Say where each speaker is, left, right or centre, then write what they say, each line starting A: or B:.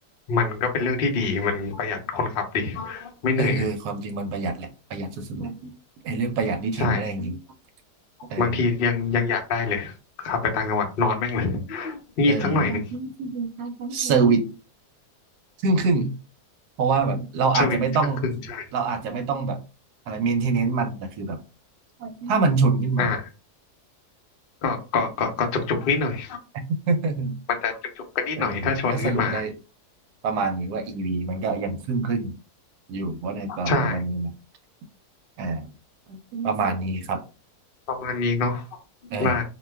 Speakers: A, on the left; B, on the right.
A: มันก็เป็นเรื่องที่ดีมันประหยัดคนขับดีไม่เหนื่อย
B: เออเออความจริงมันประหยัดแหละประหยัดสุดๆเลยไอ้เรื่องประหยัดนี่เถียงไม่ได้จริง
A: ใช่
B: เออ
A: บางทียังยังอยากได้เลยขับไปต่างจังหวัดนอนแม่งเลย <laughs> งีบสักหน่อยหนึ่ง
B: เออเซอร์ r i วิสครึ่งครึ่งเพราะว่าแบบเราอาจจะไม่ต้อง
A: เซอร์วิสก็ครึ่งใช่
B: เราอาจจะไม่ต้องแบบอะไรเมนเทนเนนมันแต่คือแบบถ้ามันชนขึ้นมา
A: อ่าก็ก็ก็ก็จุกจุกนิดหน่อย
B: <laughs>
A: มันจะจุกจุกกันนิดหน่อยถ้าชนขึ้นมา
B: เออก็สรุปได้ประมาณนี้ว่า EV มันก็ยังครึ่งครึ่งอยู่ว่าในตลาดทุกวันนี้นะ
A: ใช่
B: อ่าประมาณนี้ครับ
A: ประมาณนี้เนาะ
B: เออ
A: ได้